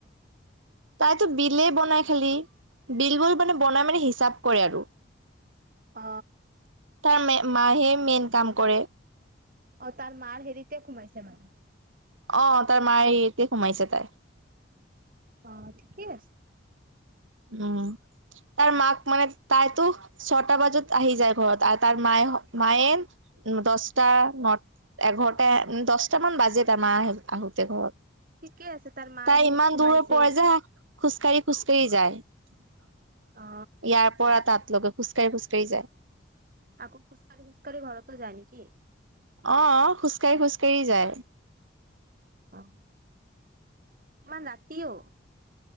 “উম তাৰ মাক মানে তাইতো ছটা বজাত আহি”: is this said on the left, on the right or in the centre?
Right